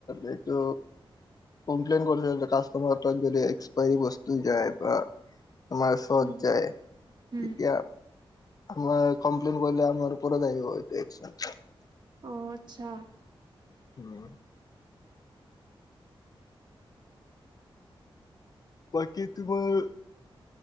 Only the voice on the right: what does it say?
উম,
উম।
অ আচ্ছা।